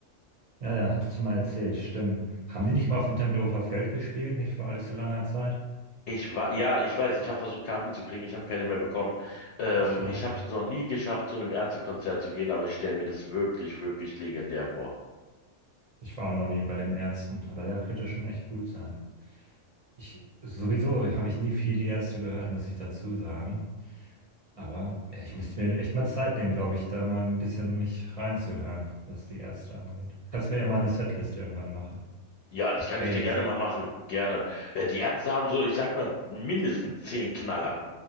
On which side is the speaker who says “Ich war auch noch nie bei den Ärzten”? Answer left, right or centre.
Right